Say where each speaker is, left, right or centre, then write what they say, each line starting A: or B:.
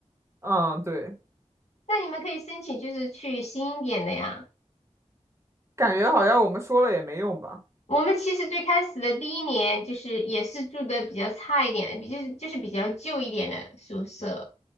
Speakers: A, on the right; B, on the left.
A: 嗯，对，
B: 那你们可以申请，就是去新一点的呀。
A: 感觉好像我们说了也没用吧，
B: 我们其实最开始的第一年，就是也是住的比较差一点的，比就是就是比较旧一点的宿舍。